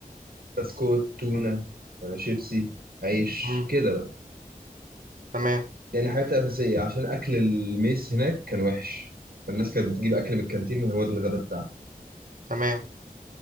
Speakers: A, on the right (about 80°); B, on the right (about 60°).
A: بسكوت تونه آه، شيبسي عيش
B: امم
A: كده
B: تمام
A: يعني حاجات أساسية عشان أكل الميس هناك كان وحش فالناس كانت بتجيب أكل من الكانتين وهو ده الغدا بتاعها
B: تمام